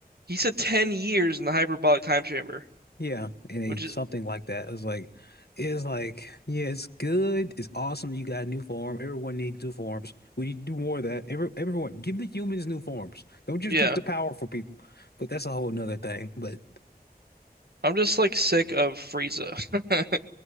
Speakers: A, on the right; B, on the left.
A: he said ten years in the hyperbolic time chamber,
B: Yeah, and a
A: which
B: something
A: is
B: like that. It's like it's like, yeah, it's good. It's awesome. You got a new form. Everyone needs new forms. We need to do more of that. Every, everyone, give the humans new forms. Don't just
A: Yeah,
B: give the powerful people. But that's a whole nother thing. But
A: I'm just like sick of Frieza. <laughs>